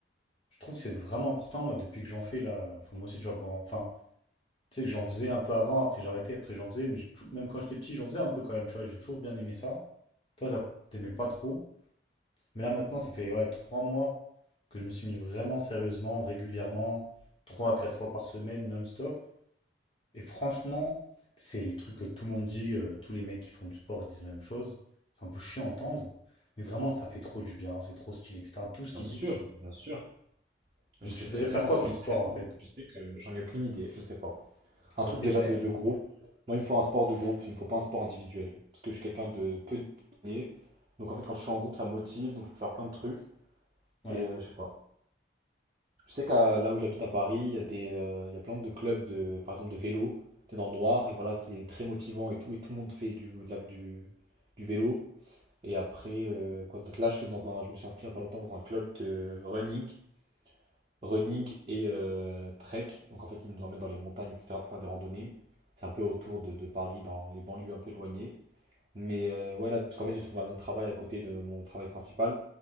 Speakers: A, on the left; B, on the right.
A: je trouve que c'est vraiment important, moi, depuis que j'en fais là, enfin, moi aussi, tu vois, pendant... Enfin, tu sais que j'en faisais un peu avant, après j'arrêtais, après j'en faisais, mais j'ai tou- même quand j'étais petit, j'en faisais un peu quand même, tu vois, j'ai toujours bien aimé ça. Toi, ça- t'aimais pas trop. Mais là maintenant, ça fait ouais, trois mois que je me suis mis vraiment sérieusement, régulièrement, trois à quatre fois par semaine, non-stop. Et franchement, c'est le truc que tout le monde dit, euh, tous les mecs qui font du sport, ils disent la même chose. C'est un peu chiant à entendre, mais vraiment, ça fait trop du bien, c'est trop stylé, etc. Tout ce qu'ils
B: Bien sûr,
A: disent, c'est...
B: bien sûr. Je
A: Donc
B: sais
A: tu
B: très
A: devrais
B: très
A: faire
B: bien,
A: quoi
B: ça,
A: comme
B: je suis
A: sport
B: certain.
A: en fait?
B: Je sais que j'en ai aucune idée, je sais pas. Un
A: Faut
B: truc
A: que tu
B: déjà
A: essayes.
B: de, de groupe. Moi, il me faut un sport de groupe, il me faut pas un sport individuel. Parce que je suis quelqu'un de peu discipliné. Donc, en fait, quand je suis en groupe, ça me motive, donc je peux faire plein de trucs.
A: Ouais.
B: Et euh, je sais pas. Je sais qu'à là où j'habite à Paris, il y a des, euh, il y a plein de clubs de, par exemple, de vélo. T'es dans le noir et voilà, c'est très motivant et tout. Et tout le monde fait du, de la- du, du vélo. Et après, euh, quoi d'autre? Là, je suis dans un, je me suis inscrit il y a pas longtemps dans un club de running, running et euh, trek. Donc en fait, ils nous emmènent dans les montagnes, etc. pour faire des randonnées. C'est un peu autour de, de Paris, dans les banlieues un peu éloignées. Mais euh, ouais, là, parce qu'en fait, j'ai trouvé un autre travail à côté de mon travail principal.